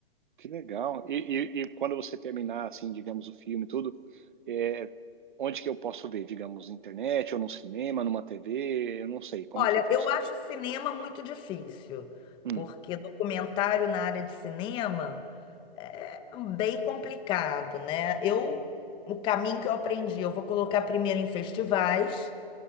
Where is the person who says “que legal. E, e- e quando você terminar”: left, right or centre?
Right